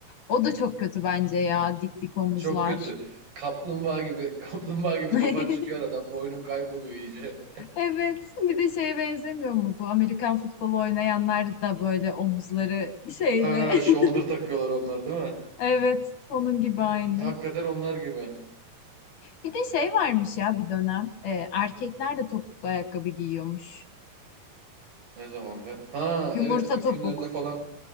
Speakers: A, on the left; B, on the right.
A: O da çok kötü bence ya. Dik dik omuzlar.
B: çok kötü kaplumbağa gibi <laughs> kaplumbağa gibi
A: <laughs>
B: kafan çıkıyor aradan boynun kayboluyor iyice.
A: Evet, bir de şeye benzemiyor mu bu? Amerikan futbolu oynayanlar da böyle omuzları şeyli.
B: Ha, shoulder
A: <laughs>
B: takıyorlar onlar değil mi?
A: Evet, onun gibi aynı.
B: Hakikaten onlar gibi.
A: Bir de şey varmış ya bir dönem. E, erkekler de topuklu ayakkabı giyiyormuş.
B: Ne zaman be? Ha
A: Yumurta
B: evet Türk filmlerinde
A: topuk.
B: falan